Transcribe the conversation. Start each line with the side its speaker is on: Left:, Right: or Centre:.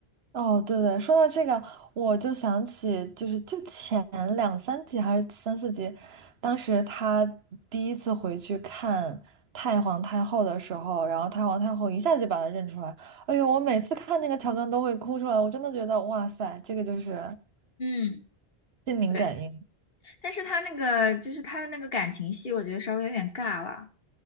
Right: 哦，对对，说到这个，我就想起，就是就前两三集还是三四集，当时他第一次回去看太皇太后的时候，然后太皇太后一下就把他认出来。哎呦，我每次看那个桥段都会哭出来，我真的觉得哇塞，这个就是
Left: 嗯，
Right: 心灵感应，
Left: 对，但是他那个就是他的那个感情戏，我觉得稍微有点尬了。